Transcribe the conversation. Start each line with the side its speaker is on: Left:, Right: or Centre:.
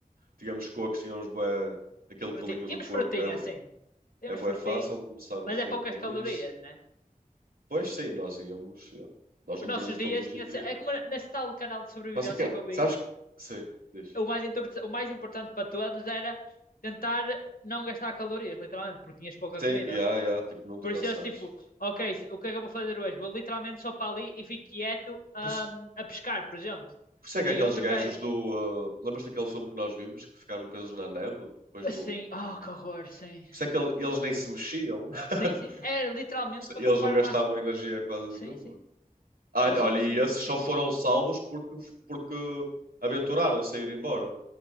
Right: tínhamos coco, tínhamos bué, aquele
Left: Frutinha.
Right: pelinho
Left: Temos
Right: do coco,
Left: frutinha,
Right: é,
Left: sim. Temos
Right: é bué
Left: frutinha,
Right: fácil começar o
Left: mas
Right: fogo
Left: é poucas
Right: com
Left: calorias,
Right: isso.
Left: né?
Right: Pois sim, nós íamos, já. Nós
Left: Os
Right: não
Left: nossos
Right: tínhamos
Left: dias
Right: todos os
Left: tinha
Right: nutrientes.
Left: de ser. É como nesse tal canal de sobrevivência
Right: Não sei o que é,
Left: que eu vi,
Right: sabes? que- Sim, diz.
Left: o mais, inter- o mais importante para todos era tentar não gastar calorias, literalmente, porque tinhas pouca
Right: Sim,
Left: comida.
Right: já, já, tipo, não te
Left: Por
Right: cansares.
Left: isso eles tipo, ok, se- o que é que eu vou fazer hoje? Vou literalmente só para ali e fico quieto,
Right: Por, isso-
Left: hum, a pescar, por exemplo.
Right: por isso é
Left: E
Right: que aqueles
Left: outro
Right: gajos
Left: gajo.
Right: do. ah, lembras daquele filme que nós vimos que ficaram presos na neve depois
Left: Assim,
Right: do.
Left: oh, que horror, sim.
Right: Por isso é que ele- eles nem se mexiam. <laughs>
Left: Sim, sim. Era literalmente para
Right: Eles
Left: poupar
Right: não gastavam
Left: o máximo.
Right: energia quase
Left: Sim,
Right: nenhuma.
Left: sim.
Right: Ah,
Left: Era só
Right: olha,
Left: para
Right: e
Left: se manter
Right: esses
Left: vivos.
Right: só foram salvos porque, porque aventuraram-se a ir embora.